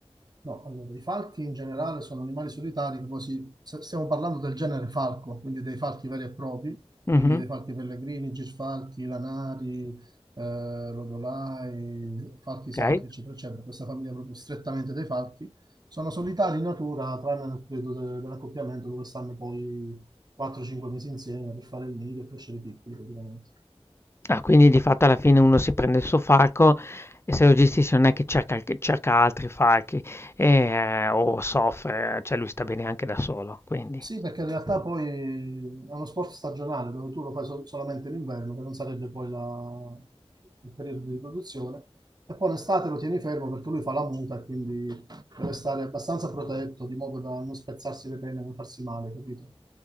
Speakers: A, on the right; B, on the left.
A: No, allora, i falchi in generale sono animali solitari, che poi si- st- stiamo parlando del genere falco, quindi dei falchi veri e propri, quindi
B: Mh-mh,
A: dei falchi pellegrini, gisfalchi, lanari, eh, lodolai, falchi
B: okay.
A: sacri, eccetera, eccetera. Questa famiglia proprio strettamente dei falchi. Sono solitari in natura, tranne nel periodo de- dell'accoppiamento, dove stanno poi 4-5 mesi insieme per fare il nido e crescere piccoli, praticamente.
B: Ah, quindi di fatto alla fine uno si prende il suo falco e se lo gestisce non è che cerca il che cerca altri falchi, ehm, o soffre, cioè lui sta bene anche da solo, quindi.
A: Sì, perché in realtà poi è uno sport stagionale dove tu lo fai sol- solamente l'inverno, che non sarebbe poi la- il periodo di riproduzione, e poi l'estate lo tieni fermo perché lui fa la muta e quindi deve stare abbastanza protetto, di modo da non spezzarsi le pene, non farsi male, capito?